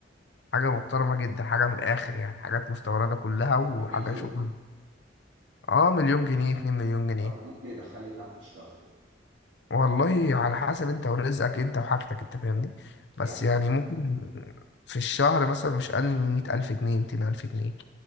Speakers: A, on the left; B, on the right.
A: حاجة محترمة جدا حاجة من الاخر يعني حاجات مستوردة كلها وحاجة
B: 2 مليون
A: شغل اه مليون جنيه اتنين مليون جنيه
B: طب وممكن يدخل لي كام في الشهر ده؟
A: والله على حسب انت ورزقك انت وحاجتك انت فاهمني بس
B: يعني
A: يعني ممكن في الشهر مثلا مش اقل من مية الف جنيه ميتين الف جنيه